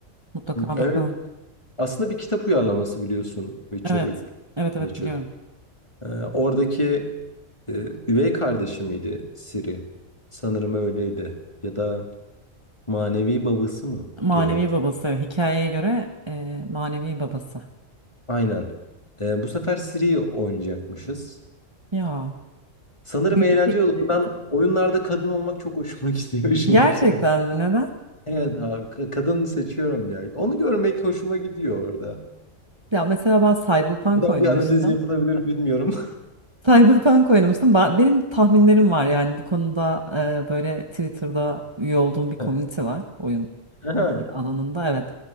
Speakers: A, on the right; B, on the left.
A: Mutlaka
B: Evet,
A: bakalım.
B: aslında bir kitap uyarlaması biliyorsun Witcher
A: Evet.
B: 3.
A: Evet evet
B: Witcher.
A: biliyorum.
B: Ee, oradaki e, üvey kardeşi miydi Ciri? Sanırım öyleydi. Ya da Manevi babası mı
A: Manevi
B: Geralt?
A: babası. evet. Hikayeye göre e, manevi babası.
B: Aynen. Ee, bu sefer Ciri'yi oynayacakmışız.
A: Ya.
B: Sanırım
A: İlgi
B: eğlenceli
A: çekici.
B: olur. Ben oyunlarda kadın olmak çok hoşuma <laughs> gidiyor çünkü.
A: Gerçekten mi? Neden?
B: Evet abi ka- kadın seçiyorum ya. Onu görmek hoşuma gidiyor orada.
A: Ya mesela ben Cyberpunk
B: Buradan
A: oynamıştım.
B: bir analiz yapılabilir mi bilmiyorum.
A: Cyberpunk oynamıştım. Ben, benim tahminlerim var yani bu konuda e, böyle Twitter'da üye olduğum bir komünite
B: <laughs>
A: var oyun
B: Aha,
A: alanında evet.